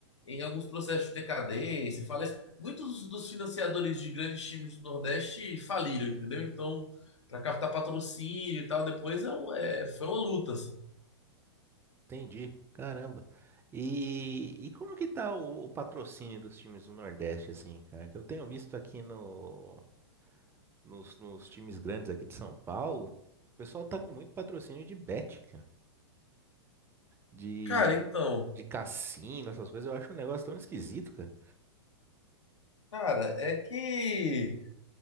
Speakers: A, on the left (about 80°); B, on the right (about 15°).
A: em alguns processos de decadência, falece. Muitos dos financiadores de grandes times do Nordeste faliram, entendeu? Então, para captar patrocínio e tal, depois é, um- é- foi uma luta, assim.
B: Entendi. Caramba. E, e como que tá o, o patrocínio dos times do Nordeste, assim, cara? Que eu tenho visto aqui no, nos, nos times grandes aqui de São Paulo, o pessoal tá com muito patrocínio de bet, cara. De,
A: Cara, então,
B: de cassino, essas coisas. Eu acho um negócio tão esquisito, cara.
A: cara, é que